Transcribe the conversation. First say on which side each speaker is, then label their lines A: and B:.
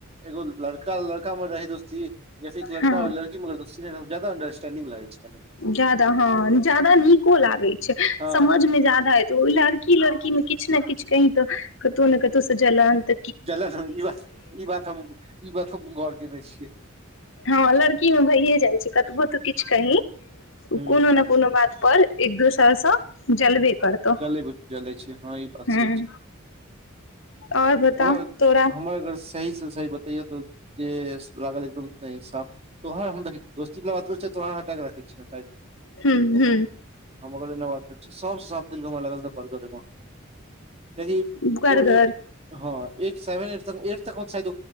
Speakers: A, on the right (about 30°); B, on the left (about 65°).
A: एगो लड़का -लड़का मे रहे स्ती <unintelligible> लड़का
B: हँ
A: और लड़की मे जादा अंडरस्टेंडिंग लगै छै। कनी
B: जादा हँ जादा नीको लागै छै
A: हँ
B: समझ मे जादा एत ओय लड़- की लड़की में किछ ने किछ कैनको कतौ ने कतौ से जलानांत
A: जलन ई बात ई बात ई बात हम गोर केने छियै।
B: हँ लड़की मे भइए जाय छै कतबो तू किछ कहीं।
A: हूँ
B: कोनो
A: हूँ
B: ने कोनो बात पर एक दोसरसँ जलबे करतौ
A: जलै जलै छै हँ ई बात
B: हूँ।
A: सही छै
B: और बता
A: हमर
B: तोरा
A: हमर अगर सही -सही बतैयो तऽ जे लागल एकदम साफ तोहर हम देख दस्तीबला बात होय छैय तोरा हटाके राखै छियो साइड।
B: हूँ
A: तऽ
B: हूँ
A: हम ओ बात करै छी सब सँ- <unintelligible> कियेकी
B: बर्गर
A: ओ ए हँ एक सेवेन एट तक एट तक सायद